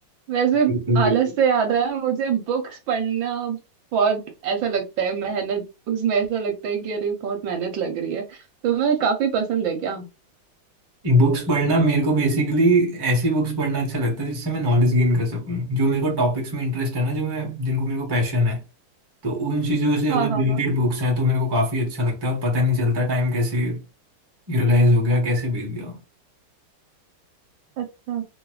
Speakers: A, on the right; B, on the right.
A: वैसे
B: बिल्कुल
A: आलस
B: बिल्कुल
A: से याद आया मुझे बुक्स पढ़ना बहुत ऐसा लगता है मेहनत उसमें ऐसा लगता है कि अरे बहुत मेहनत लग रही है तुम्हें काफी पसंद है क्या
B: बुक्स पढ़ना मेरे को बेसिकली ऐसी बुक्स पढ़ना अच्छा लगता है जिससे मैं नॉलेज गेन कर सकूं जो मेरे को टॉपिक्स में इंटरेस्ट है ना जो मैं जिनको मेरे को पैशन है तो उन चीज़ों से
A: हाँ
B: अगर
A: हाँ
B: रिलेटेड
A: हाँ
B: बुक्स हैं तो मेरे को काफ़ी अच्छा लगता है और पता नहीं चलता टाइम कैसे यूटिलाइज हो गया कैसे बीत गया
A: अच्छा